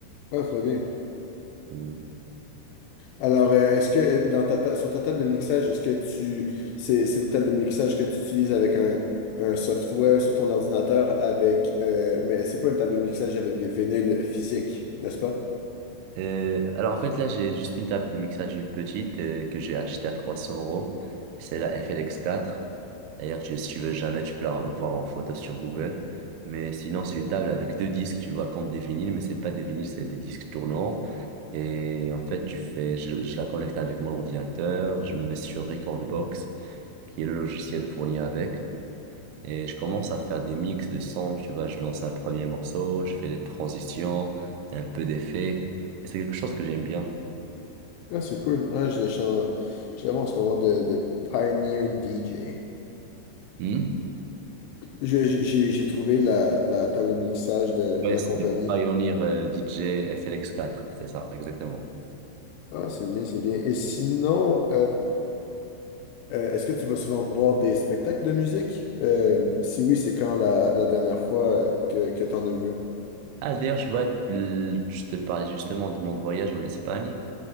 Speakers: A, on the left; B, on the right.
A: Ah, très bien.
B: Hmm.
A: Alors, euh, est-ce que euh, dans ta ta- sur ta table de mixage, est-ce que tu c'est c'est une table de mixage que tu utilises avec un, un software sur ton ordinateur avec euh, mais c'est pas une table de mixage avec des vinyles physiques, n'est-ce pas?
B: Euh, alors en fait là j'ai juste une table de mixage une petite euh, que j'ai achetée à 300 euros. C'est la FLX4. D'ailleurs tu- si tu veux jamais tu peux la voir en photo sur Google. Mais sinon c'est une table avec deux disques tu vois comme des vinyles mais c'est pas des vinyles c'est des disques tournants. Et en fait tu fais je, je la connecte avec mon ordinateur. Je me mets sur Recordbox qui est le logiciel fourni avec. Et je commence à faire des mix de sons. Tu vois je lance un premier morceau je fais des transitions un peu d'effets. Et C'est quelque chose que j'aime bien.
A: Ah, c'est cool. Ah, je chan- je l'avais en ce moment de, de Pioneer DJ.
B: Hmm
A: Je- J'ai j'ai trouvé la, la table de mixage de,
B: Ouais,
A: de la
B: c'est
A: compagnie.
B: le Pioneer euh, DJ flx quatre c'est ça, exactement.
A: Ah, c'est bien, c'est bien. Et sinon, Euh, est-ce que tu vas souvent voir des spectacles de musique? Euh, si oui, c'est quand la, la dernière fois euh, que, que tu en as vu?
B: Ah, d'ailleurs, je vois, l- je te parlais justement de mon voyage en Espagne